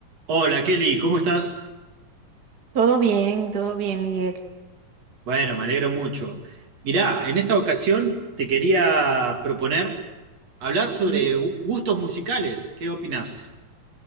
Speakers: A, on the right (about 50°); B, on the right (about 35°).
A: Hola Kelly, ¿cómo estás?
B: Todo bien, todo bien, Miguel.
A: Bueno, me alegro mucho. Mirá, en esta ocasión te quería proponer hablar sobre
B: Sí.
A: gu- gustos musicales. ¿Qué opinás?